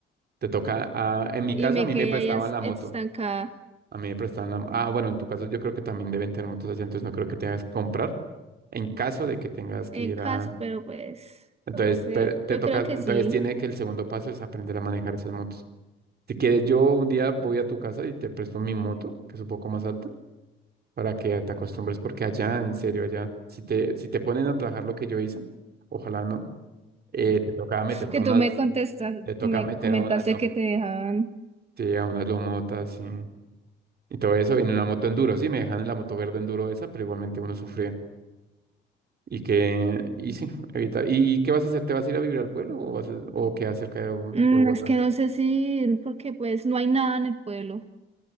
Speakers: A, on the right; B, on the right.
A: Te toca, ah, en mi
B: y
A: caso,
B: me
A: a mí
B: quedé
A: me prestaban
B: ahí as-
A: la
B: estancada
A: moto. A mí me prestaban la... Ah, bueno, en tu caso yo creo que también deben tener motos así, entonces no creo que tengas que comprar en caso de que tengas que
B: en
A: ir
B: casa,
A: a...
B: pero pues
A: Entonces,
B: lo voy a hacer.
A: pe- te
B: Yo
A: toca,
B: creo que
A: entonces
B: sí,
A: tiene que el segundo paso es aprender a manejar esas motos. Si quieres, yo un día voy a tu casa y te presto mi moto, que es un poco más alta, para que te acostumbres, porque allá, en serio, allá, si te, si te ponen a trabajar lo que yo hice, ojalá no, eh, te toca meterte
B: que
A: a unas,
B: tú me contestas,
A: te toca
B: me
A: meter
B: comentaste
A: a unas, lof-
B: que te dejaban.
A: sí, a unas lomotas y, y todo eso, en una moto enduro, sí, me dejan en la moto verde enduro esa, pero igualmente uno sufría. Y que, y sí, evitar. ¿Y qué vas a hacer? ¿Te vas a ir a vivir al pueblo o vas a- o quedas cerca de, Bo-
B: Mm,
A: de Bogotá?
B: es que no sé si ir, porque pues no hay nada en el pueblo.